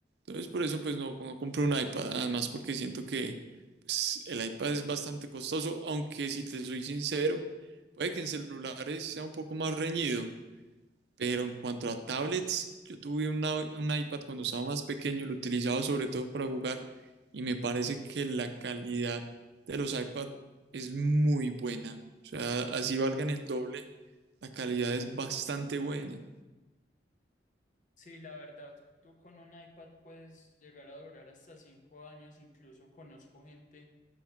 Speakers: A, on the right (about 70°); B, on the left (about 45°).
A: Entonces, por eso, pues no, no compré un iPad. Además, porque siento que pues, el iPad es bastante costoso, aunque si te soy sincero, puede que en celulares sea un poco más reñido. Pero en cuanto a tablets, yo tuve una- un iPad cuando estaba más pequeño, lo utilizaba sobre todo para jugar y me parece que la calidad de los iPad es muy buena. O sea, así valgan el doble, la calidad es bastante buena.
B: Sí, la verdad, tú con un iPad puedes llegar a durar hasta cinco años, incluso conozco gente